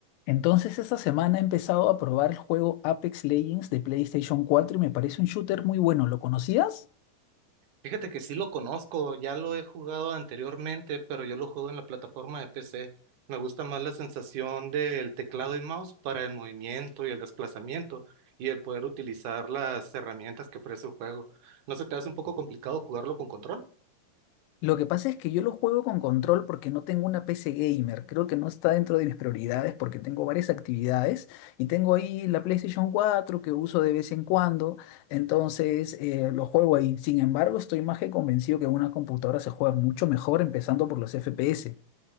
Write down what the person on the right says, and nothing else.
Fíjate que sí lo conozco, ya lo he jugado anteriormente, pero yo lo juego en la plataforma de PC. Me gusta más la sensación del teclado y mouse para el movimiento y el desplazamiento y el poder utilizar las herramientas que ofrece el juego. ¿No se te hace un poco complicado jugarlo con control?